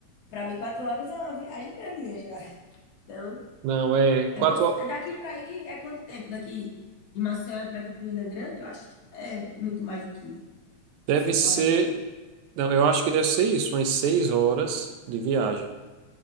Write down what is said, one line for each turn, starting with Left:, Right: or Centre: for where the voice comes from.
Left: para mim, quatro horas é uma viagem grandinha já. Então,
Right: Não, é quatro.
Left: é como se-
Right: ho-
Left: daqui para aí é quanto tempo? Daqui de Maceió e para Campina Grande, eu acho que é muito mais do que
Right: Deve
Left: cinco
Right: ser.
Left: horas, não.
Right: Não, eu acho que deve ser isso, umas seis horas de viagem.